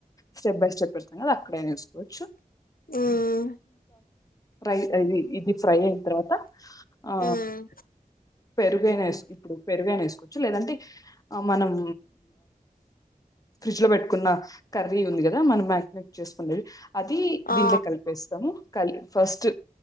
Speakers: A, on the left; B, on the left.
A: step by step పెడా కదా అక్కడేసుకోవచ్చు.
B: ఉమ్
A: ఫ్రై అది. ఇది ఫ్రై అయిన తర్వాత ఆ.
B: ఉమ్
A: పెరుగైన ఏస్కో ఇప్పుడు వేసుకొవచు లేదంటే ఆ మనం‌. ఫ్రిడ్జ్ లో పెట్టుకున్న కర్రీ ఉంది కదా మనం మ్యాగినేట్ చేసుకునేది అది
B: ఆ
A: దీంట్లో కలిపేస్తుం. కుంటం కాల్ ఫస్ట్